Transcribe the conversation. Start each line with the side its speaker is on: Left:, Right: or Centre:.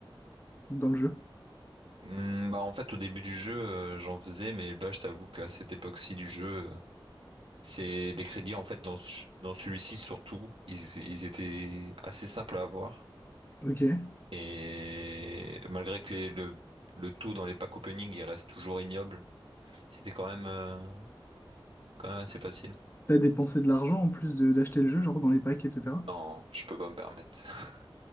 Left: dans le jeu?
Right: Hmm, bah en fait au début du jeu euh, j'en faisais mais là je t'avoue qu'à cette époque-ci du jeu euh, c'est les crédits en fait dans, ce- dans celui-ci surtout ils, ils étaient assez simples à avoir
Left: Ok.
Right: Et malgré que les- le, le taux dans les packs opening il reste toujours ignoble, c'était quand même, euh, quand même assez facile.
Left: T'as dépensé de l'argent en plus de d'acheter le jeu, genre dans les packs, etc.
Right: Non, je peux pas me permettre. <laughs>